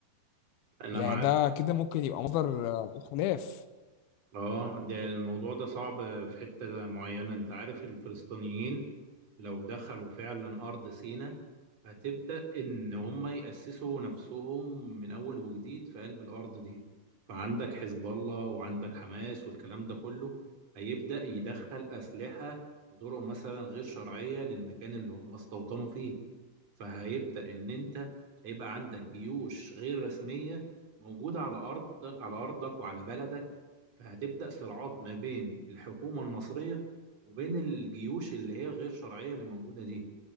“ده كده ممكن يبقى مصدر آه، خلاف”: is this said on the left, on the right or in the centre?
Left